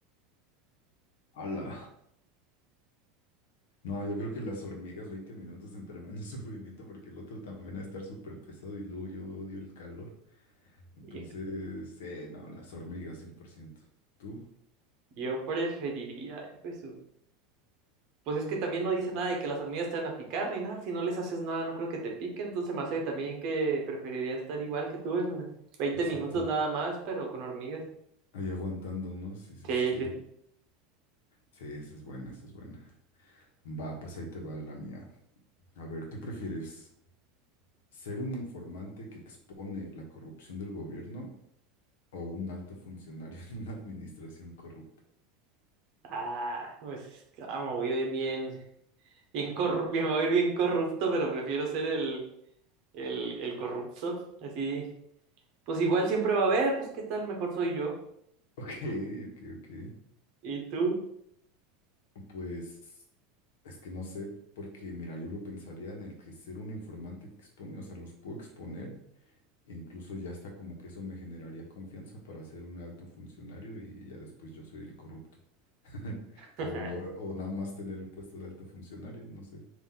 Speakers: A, on the left; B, on the right.
A: ¡Hala! No, yo creo que las hormigas, 20 minutos entre menos <laughs> sufrimiento, porque el otro también va a estar súper pesado y luego yo odio el calor. Entonces,
B: <laughs>
A: sí, no, las hormigas, 100%. ¿Tú?
B: Yo preferiría, hijo de su. Pues es que también no dice nada de que las hormigas te van a picar ni nada. Si no les haces nada, no creo que te pique. Entonces me hace también que preferiría estar igual que tú en veinte
A: Exacto.
B: minutos nada más, pero con hormigas.
A: Ahí aguantando, ¿no? Sí, sí,
B: Sí,
A: sí.
B: sí.
A: Sí, esa es buena, esa es buena. Va, pues ahí te va la mía. A ver, ¿qué prefieres? ¿Ser un informante que expone la corrupción del gobierno o un alto funcionario <laughs> en una administración corrupta?
B: Ah, pues ah, me voy a ir bien, bien corrupto, me voy a ir bien corrupto, pero prefiero ser el, el, el corrupto. Así, pues igual siempre va a haber, pues qué tal, mejor soy yo.
A: Ok, ok, ok.
B: ¿Y tú?
A: Pues es que no sé, porque mira, yo lo pensaría en el que ser un informante que expone, o sea, los puedo exponer E Incluso ya está como que eso me generaría confianza para ser un alto funcionario y ya después yo soy el corrupto. <laughs>
B: <laughs>
A: O, o nada más tener el puesto de alto funcionario, no sé.